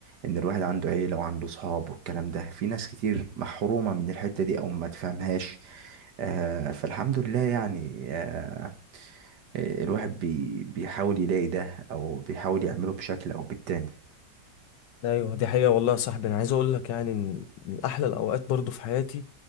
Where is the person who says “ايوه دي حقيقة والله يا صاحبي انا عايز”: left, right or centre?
Left